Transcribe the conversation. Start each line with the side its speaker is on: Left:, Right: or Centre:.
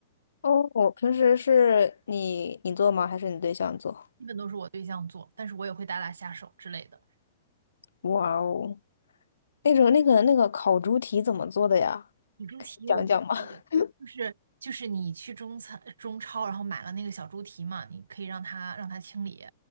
Left: 哦，我平时是你你做吗？还是你对象做？
Right: 基本都是我对象做，但是我也会打打下手之类的。
Left: 哇哦，那种那个那个烤猪蹄怎么做的呀？
Right: 小猪蹄我跟你说，
Left: 可以讲讲吗？<laughs>
Right: 就是就是你去中餐中超，然后买了那个小猪蹄嘛，你可以让它让它清理。